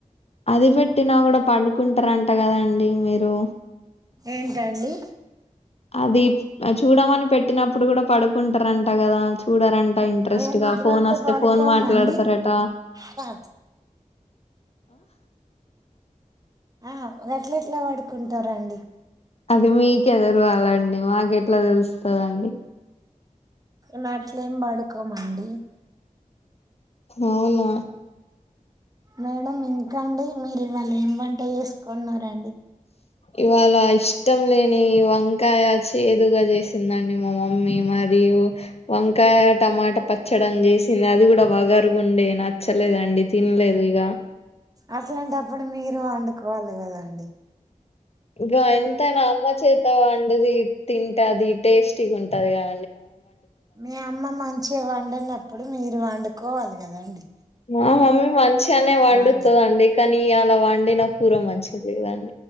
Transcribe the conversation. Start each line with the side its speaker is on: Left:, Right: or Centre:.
Left: అది పెట్టినా గూడా పనుకుంటరంట గదండి మీరు
Right: ఏంటండి
Left: అది చూడమని పెట్టినప్పుడు గుడ పడుకుంటరంట గదా, చూడరంట ఇంట్రెస్ట్గా
Right: ఏ నిద్రొత్తే
Left: ఫోన్ వస్తే
Right: పడుకోమా
Left: ఫోన్ మాట్లాడతరట.
Right: అండి ఆ ఆ గట్లెట్ల బడుకుంటరండి
Left: అది మీకే దెలవాలండి మాకెట్ల తెలుస్తదండి
Right: మేమట్లేం బడుకోమండి
Left: అవునా
Right: మేడం ఇంకండి మీరు ఇవాళ ఏం వంట చేసుకున్నరండి
Left: ఇవాళాయిష్ ఇష్టం లేని వంకాయ చేదుగా చేసిందండి మా మమ్మీ మరియు వంకాయ టమాట పచ్చడం చేసింది అది గుడ వగరుగుండే న చ్చలేదండి తిన్లేదిగ
Right: అట్లాంటప్పుడు మీరు వండుకోవాలి గదండి
Left: ఇంకా ఎంతైనా అమ్మ చేత వండుది తింటది టేస్టీగుంటది కా
Right: మీ అమ్మ మంచిగా వండన ప్పుడు మీరు వండుకోవాలి గదండి
Left: మా మమ్మీ మంచిగానే వండుతుదండి
Right: అండి
Left: కా నీయాలా వండిన కూర <unintelligible>